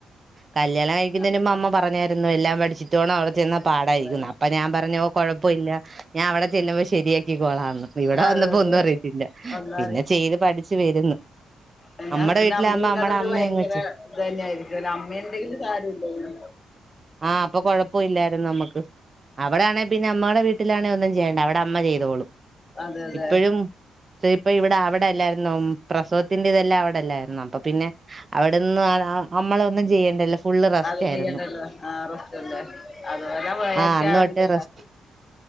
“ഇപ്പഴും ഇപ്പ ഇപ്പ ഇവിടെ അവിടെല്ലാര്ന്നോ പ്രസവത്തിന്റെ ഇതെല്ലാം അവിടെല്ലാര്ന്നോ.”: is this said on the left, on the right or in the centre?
Right